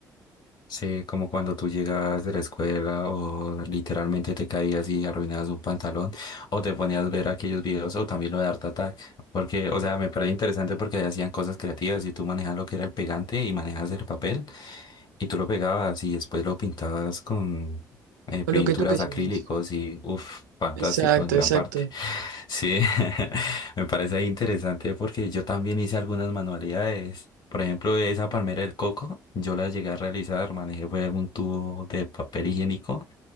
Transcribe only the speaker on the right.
O Lo que tú quisieras.
Exacto,
exacto.